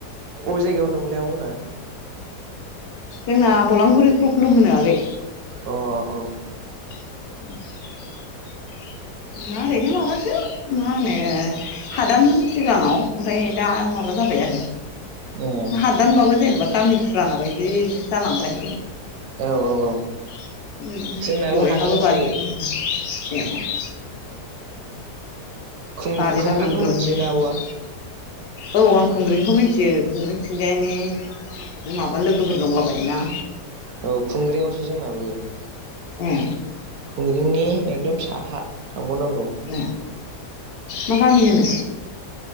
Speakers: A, on the right; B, on the left.
A: अबे जायगायाव होनदोंमोनलाय आबमोना?
B: जोंना बलांगुरि खुख्लुं होनो आगै।
A: अ अ
B: <inaudible> जोंना ओरैनो माबासो मा होनो हादानमोन सिगाङाव ओमफ्राय दा माबा जाबाय आरो
A: ए
B: हादान बाबो जे जेनेबा गामि फुराना बायदि जालांबाय।
A: औ औ औ
B: <inaudible> उम उम
A: जोंनाबो
B: बयहाबो
A: हादानावसो
B: बारि <unintelligible> <unintelligible>
A: खुं
B: बारि
A: खुंग्रिंखौ
B: बागान ग्रोम
A: मिथियोना
B: ग्रोम जायो
A: आब'वा?
B: औ आं खुंग्रिंखौ मिन्थियो खुंग्रिं खिंजायनि माबा लोगोफोर दंला बायोना।
A: औ खुंग्रिंआवसो जोंनाबो
B: ए
A: खुग्रिंनि एकदम साहा थांबाव नांगौ।
B: ए मा गामि होनो?